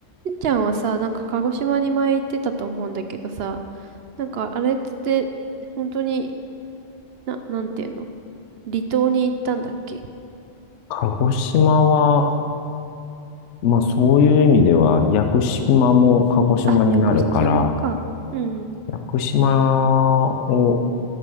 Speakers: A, on the right; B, on the left.
A: しんちゃんはさ、なんか鹿児島に前行ってたと思うんだけどさ、なんかあれって本当に、な、なんていうの離島に行ったんだっけ
B: 鹿児島は、まあそういう意味では、屋久島も鹿児島になるから、
A: あ、屋久島か。うん。
B: 屋久島を、